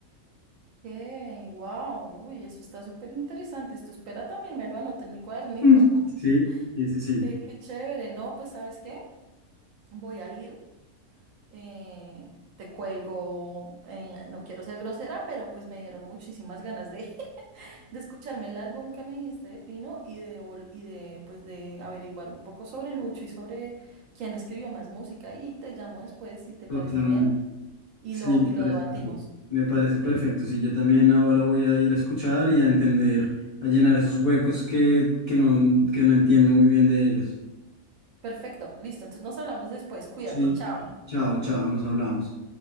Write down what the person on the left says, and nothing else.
Mm. Sí, sí, sí,
sí,
totalmente.
Sí,
me
parece,
perfecto. me parece perfecto. Sí, yo también ahora voy a ir a escuchar y a entender, a llenar esos huecos que, que no, que no entiendo muy bien de ellos.
Sí,
chao, chao, nos hablamos.